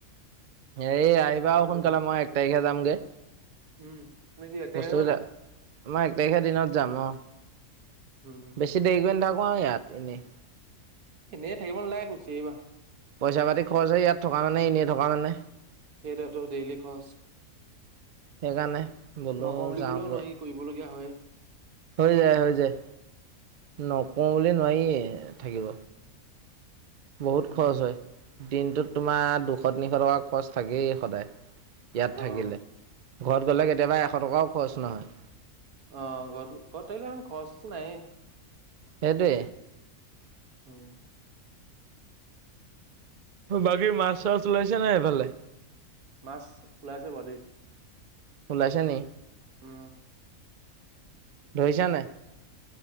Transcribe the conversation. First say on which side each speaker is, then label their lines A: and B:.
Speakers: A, on the right (about 55°); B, on the right (about 85°).
A: এই আহিবা
B: মোৰখন
A: আৰু সোনকালে।
B: থৈ দিয়া।
A: মই এক তাৰিখে যামগে।
B: উম তুমি কি ইয়াতে
A: বস্তু
B: আহিবা
A: কেইটা,
B: নি?
A: মই এক তাৰিখে দিনত যাম অ
B: উম,
A: বেছি দেৰি কৰি নথাকো আৰু ইয়াত এনেই
B: এনেই থাকিব নালাগে গুছি আহিবা
A: পইচা পাতি খৰচ হয় ইয়াত থকা মানে এনেই থকা মানে
B: সেইটোৱে ত ডেইলি খৰচ
A: সেইকাৰণে বোলো
B: নকওঁ বুলি
A: যাওঁগৈ
B: ক'লেও নোৱাৰি কৰিবলগীয়া হয়।
A: হৈ যায় হৈ যায় নকওঁ
B: উম, উম,
A: বুলি নোৱাৰি থাকিব বহুত
B: উম,
A: খৰচ
B: উম,
A: হয় দিনটোত তোমাৰ দুশ, তিনিশ, টকা খৰচ থাকেই সদায়। ইয়াত
B: অ',
A: থাকিলে, ঘৰত গ'লে কেতিয়াবা এশ টকাও খৰচ নহয়।
B: অ ঘৰ ঘৰত থাকিলে ইমান খৰচটো নায়ে
A: হেতে
B: উম!
A: বাকী মাছ চাছ ওলাইছে নাই সেইফালে
B: মাছ ওলাইছে বাৰু দেই।
A: ওলাইছে নি।
B: উম
A: ধৰিছা নাই?